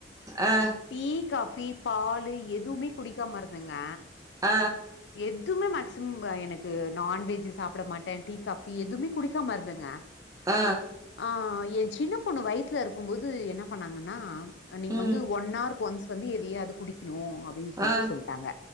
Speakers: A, on the right; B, on the left.
A: ஆ
B: டீ காஃபி பாலு எதுவுமே குடிக்காம இருந்தேங்க
A: ஆ
B: எதுமே மேக்சிமம் எனக்கு நான் வெஜ்ஜு சாப்ட மாட்டே டீ காஃபி எதுவுமே குடிக்காம இருந்தேங்க
A: ஆ
B: ஆ ஏ சின்ன பொண்ணு வயித்துல இருக்கும்போது என்ன பண்ணாங்கன்னா நீங்க
A: ம்
B: வந்து ஒன் ஆர்க்கு ஒன்ஸ் வந்து எதையாது குடிக்குணோ அப்டின்னு சொல்ட்டு
A: ஆ
B: சொல்ட்டாங்க